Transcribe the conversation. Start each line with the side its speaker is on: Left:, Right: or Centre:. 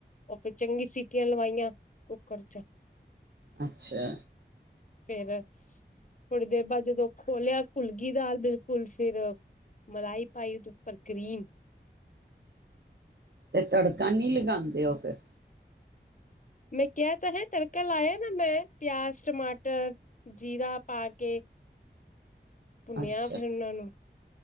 Left: ਉਹ ਫਿਰ ਚੰਗੀ ਸੀਟੀਆਂ ਲਵਾਈਆਂ ਕੁੱਕਰ ਚ
Right: ਅੱਛਾ
Left: ਫਿਰ ਥੋੜ੍ਹੀ ਦੇਰ ਬਾਅਦ ਜਦੋਂ ਖੋਲ੍ਹਿਆ ਘੁਲੱਗੀ ਦਾਲ ਬਿਲਕੁਲ ਫਿਰ ਮਲਾਈ ਪਾਈ ਉਹਦੇ ਉੱਪਰ ਕਰੀਮ
Right: ਤੇ ਤੜਕਾ ਨਹੀਂ ਲਗਾਉਂਦੇ ਉਹ ਫਿਰ
Left: ਮੈਂ ਕਿਹਾ ਤਾਂ ਹੈ ਤੜਕਾ ਲਾਇਆ ਨਾ ਮੈਂ ਪਿਆਜ਼ ਟਮਾਟਰ ਜੀਰਾ ਪਾ ਕੇ ਭੂਨਿਂਆ
Right: ਅੱਛਾ
Left: ਫਿਰ ਉਹਨਾਂ ਨੂੰ